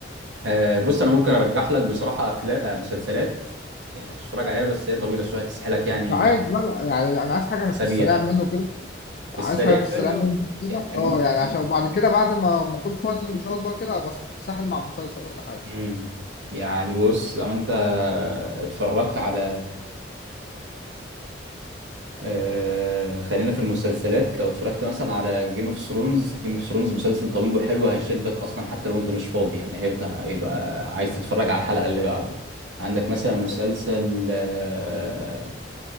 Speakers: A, on the right (about 75°); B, on the left (about 50°).
A: آه، بص انا ممكن ارجح لك بصراحة افلام مسلسلات يعني تتفرج عليها بس هي طويلة شوية تسحلك يعني
B: مش عايز لا لا، يعني انا عايز حاجه
A: اسابيع
B: في السريع منه كده عايز
A: بس سريع
B: حاجه في السريع
A: منه
B: منه كده
A: يعني ممكن
B: اه يعني عشان وبعد كده بعد ما ما اكون فاضي ان شاء الله كده بس ساحل مع مسلسل ولا حاجه
A: امم يعني بص لو انت اتفرجت على آه خلينا في المسلسلات لو اتفرجت مثلا على جيم اوف ثرونز جيم اوف ثرونز مسلسل طويل وحلو هيشدك اصلا حتى لو انت مش فاضي يعني هيبدأ يبقى عايز تتفرج على الحلقة اللي بعده عندك مثلا مسلسل
B: ايوه
A: آه